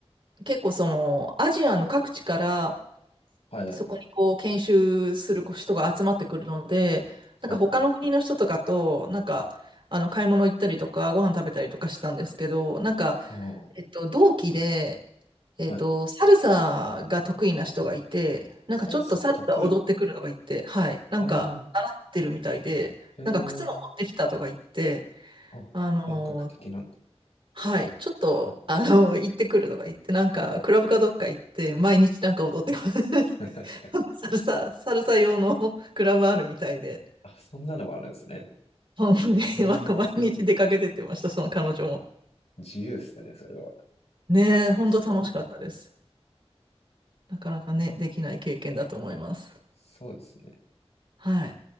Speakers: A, on the right; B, on the left.
A: 結構その、アジアの各地から、
B: はい、
A: そこにこう、研修する人が集まってくるので、なんか他の国の人とかと、
B: はい。
A: なんか、あの、買い物行ったりとか、ご飯食べたりとかしたんですけど、なんか、
B: ああ、
A: えっと、同期で、えっと、
B: はい。
A: サルサが得意な人がいて、なんかちょっとサルサ踊ってくるのがいて、
B: サルサが得意。
A: はい、なんか習ってるみたいで、
B: ああ、へえ。
A: なんか靴も持ってきたとか言って、
B: あ、
A: あのー
B: 本格的なんだ。
A: はい、ちょっと、
B: はい。
A: あのー行ってくるとか言って、なんかクラブかどっか行って、毎日なんか踊ってます。
B: <laughs>
A: <laughs> サルサ、サルサ用の <laughs> クラブあるみたいで、
B: あ、そんなのもあるんですね。
A: 本当になんか毎日出かけてってました、
B: へえ、
A: その彼女も。
B: 自由っすね、それは。
A: ねえ、
B: 楽しそう。
A: 本当楽しかったです。なかなかね、できない経験だと思います。
B: そうですね。
A: はい。